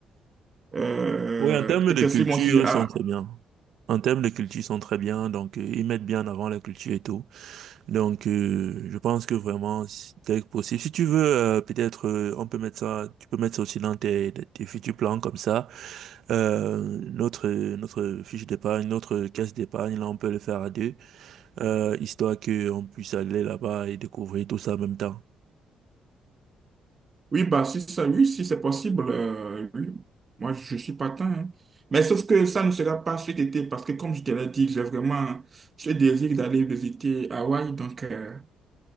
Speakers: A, on the right (about 35°); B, on the right (about 75°).
A: Euh,
B: Oui, en termes
A: peut-être
B: de
A: que
B: culture,
A: si moi aussi...
B: ils
A: ah,
B: sont très bien. En termes de culture, ils sont très bien. Donc, euh, ils mettent bien en avant la culture et tout. Donc, euh, je pense que vraiment, si- dès que possible, si tu veux, euh, peut-être, euh, on peut mettre ça, tu peux mettre ça aussi dans tes, tes futurs plans comme ça. Euh, notre, notre fiche d'épargne, notre caisse d'épargne, là, on peut le faire à deux, euh, histoire qu'on puisse aller là-bas et découvrir tout ça en même temps.
A: oui, bah, si ça, oui, si c'est possible, euh, oui. Moi, je suis partant. hein. Mais sauf que ça ne sera pas cet été parce que, comme je te l'ai dit, j'ai vraiment ce désir d'aller visiter Hawaï. Donc, euh,